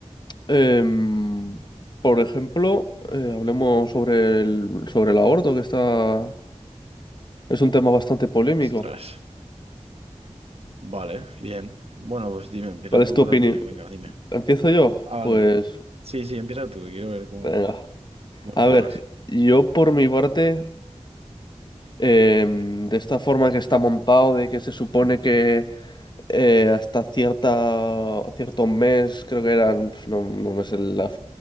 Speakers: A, on the left; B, on the right.
A: Em, por ejemplo, eh, hablemos sobre el, sobre el aborto, que está, es un tema bastante polémico.
B: Ostras. Vale, bien. Bueno, pues dime, empieza
A: ¿Cuál es
B: tú
A: tu
B: con
A: opinión?
B: la opinión, venga, dime.
A: ¿Empiezo yo?
B: Ah, vale.
A: Pues
B: Sí, sí, empieza tú, que quiero ver cómo,
A: venga.
B: cómo
A: A
B: te enfocas.
A: ver, yo por mi parte, em, de esta forma que está montado, de que se supone que eh, hasta cierta, cierto mes, creo que eran, pf, no, no me sé la,